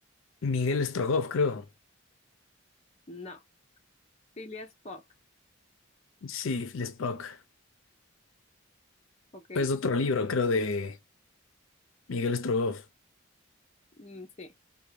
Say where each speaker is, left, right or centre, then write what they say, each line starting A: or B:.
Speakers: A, on the left (about 75°); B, on the left (about 30°).
A: Miguel Strogoff, creo.
B: No. Phileas Fogg.
A: Sí, Lespoc.
B: Ok.
A: Es otro libro, creo, de Miguel Strogoff.
B: Mm, sí.